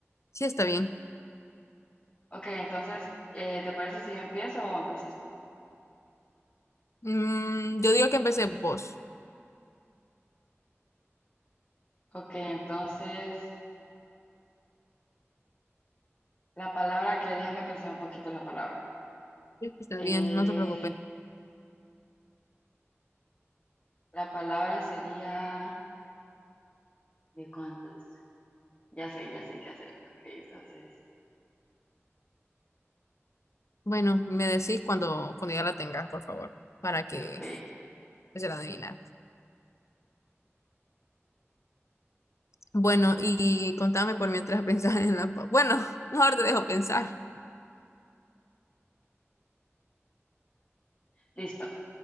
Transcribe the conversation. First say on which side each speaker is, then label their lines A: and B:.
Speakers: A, on the left; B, on the left.
A: Sí, está bien.
B: Ok, entonces, eh, ¿te parece si yo empiezo o empiezas tú?
A: Mm, yo digo que empecé vos.
B: Ok, entonces, la palabra que déjame pensar un poquito la palabra.
A: Sí, Está
B: Eh,
A: bien, no te preocupes.
B: la palabra sería ¿de cuántos? Ya sé, ya sé qué hacer. Ok, entonces,
A: Bueno, me decís cuando, cuando ya la tengas, por favor, para que
B: ok,
A: se la adivinar. Bueno, y contame por mientras <laughs> pensás en la... pa- Bueno, <laughs> mejor te dejo pensar.
B: listo.